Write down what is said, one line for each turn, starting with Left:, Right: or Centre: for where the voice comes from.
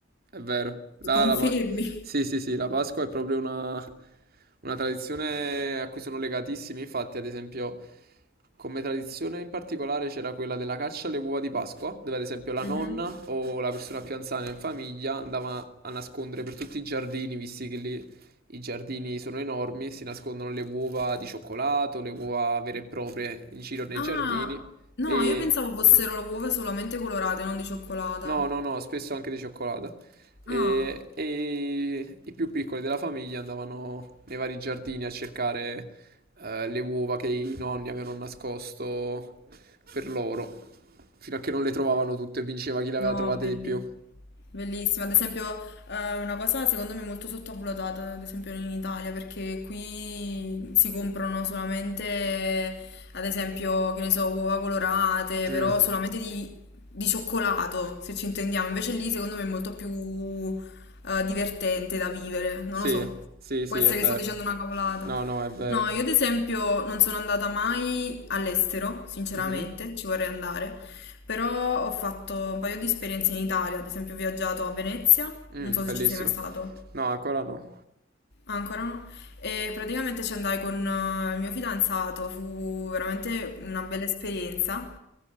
Right: è vero. La,
Left: Confermi?
Right: la Pa- sì, sì, sì, la Pasqua è proprio una, una tradizione a cui sono legatissimi. Infatti, ad esempio, come tradizione in particolare c'era quella della caccia alle uova di Pasqua, dove ad esempio la
Left: Mhm.
Right: nonna o la persona più anziana in famiglia andava a nascondere per tutti i giardini, visti che lì i giardini sono enormi, si nascondono le uova di cioccolato, le uova vere e proprie in giro nei
Left: Ah,
Right: giardini
Left: no,
Right: e
Left: io pensavo fossero uova solamente colorate, non di cioccolata.
Right: No, no, no, spesso anche di cioccolata. E,
Left: Ah.
Right: e i più piccoli della famiglia andavano nei vari giardini a cercare eh, le uova che i nonni avevano nascosto per loro, fino a che non le trovavano tutte e vinceva chi le
Left: No,
Right: aveva trovate
Left: belli.
Right: di più.
Left: Bellissima. Ad esempio, eh, una cosa secondo me molto sottovalutata, ad esempio in Italia, perché qui si comprano solamente, ad esempio, che ne so, uova colorate,
Right: Mm,
Left: però solamente di, di cioccolato, se ci intendiamo. Invece lì secondo me è molto più eh, divertente da vivere, non
Right: Sì,
Left: lo so.
Right: sì,
Left: Può
Right: sì,
Left: essere
Right: è vero.
Left: che sto dicendo una cavolata.
Right: No, no, è vero.
Left: No, io ad esempio non sono andata mai all'estero, sinceramente,
Right: Mhm.
Left: ci vorrei andare, però ho fatto un paio di esperienze in Italia, ad esempio ho viaggiato a Venezia,
Right: Mm,
Left: non so
Right: bellissimo.
Left: se ci sei mai stato,
Right: No, ancora no.
Left: Ah, ancora no, e praticamente ci andai con eh, il mio fidanzato, fu veramente una bella esperienza